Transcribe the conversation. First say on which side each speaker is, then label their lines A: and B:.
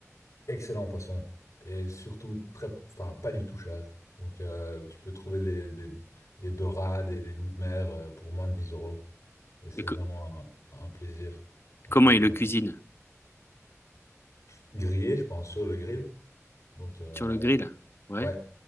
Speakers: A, on the left; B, on the left.
A: Excellent poisson. Et surtout, très, enfin, pas du tout cher. Donc, euh, tu peux trouver des, des, des dorades et des loups de mer euh, pour moins de 10 euros. Et c'est
B: Et co-
A: vraiment un, un plaisir. Euh,
B: comment ils
A: je,
B: le cuisinent?
A: je- grillé, je pense, sur le grill. Donc, euh,
B: Sur le grill? Ouais.
A: ouais.